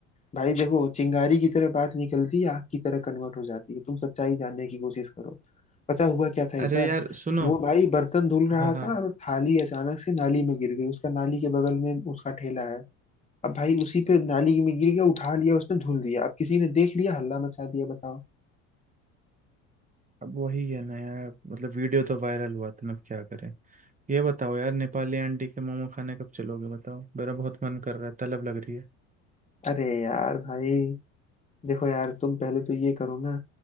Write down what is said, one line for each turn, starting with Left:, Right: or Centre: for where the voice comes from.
Left: भाई देखो चिंगारी की तरह बात निकलती है आग की तरह कन्वर्ट हो जाती है तुम सच्चाई जानने की कोशिश करो पता हुआ क्या था एक
Right: अरे
Left: बार
Right: यार सुनो
Left: वो भाई बर्तन धुल रहा
Right: हाँ हाँ
Left: था और थाली अचानक से नाली में गिर गई उसका नाली के बगल में उसका ठेला है अब भाई उसी पे नाली में गिर गया उठा लिया उसने धुल दिया अब किसी ने देख लिया हल्ला मचा दिया बताओ
Right: अब वही है ना यार मतलब वीडियो तो वायरल हुआ था ना अब क्या करें ये बताओ यार नेपाली आंटी के मोमो खाने कब चलोगे बताओ मेरा बहुत मन कर रहा है तलब लग रही है
Left: अरे यार भाई देखो यार तुम पहले तो ये करो ना